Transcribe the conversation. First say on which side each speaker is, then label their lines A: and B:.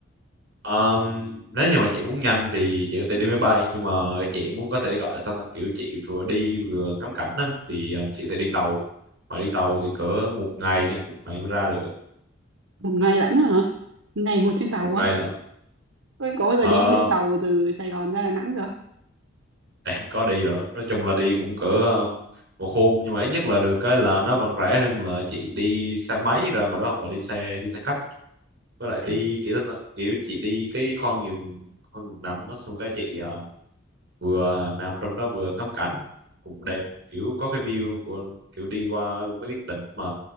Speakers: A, on the right (about 60°); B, on the right (about 85°).
A: Ờm, nếu như mà chị muốn nhanh thì chị có thể đi máy bay nhưng mà chị muốn có thể gọi là sao ta kiểu chị vừa đi vừa ngắm cảnh á thì ờm, chị có thể đi tàu mà đi tàu thì cỡ một ngày nha một ngày mới ra được
B: một ngày lận hả Một ngày ngồi trên tàu
A: một
B: quá
A: ngày lận
B: Ôi, có bao giờ
A: Ờ,
B: đi đi tàu
A: <laughs>
B: từ Sài Gòn ra Đà Nẵng chưa
A: em có đi rồi nói chung là đi cũng cỡ ờm, một hôm nhưng mà ít nhất là được cái là nó vẫn rẻ hơn là chị đi xe máy ra ngoài đó hoặc là đi xe đi xe khách với lại
B: À,
A: đi kiểu đó, kiểu chị đi cái con giường con giường nằm á xong cái chị ờ, vừa nằm trong đó vừa ngắm cảnh cũng đẹp kiểu có cái view của kiểu đi qua mấy cái tỉnh mà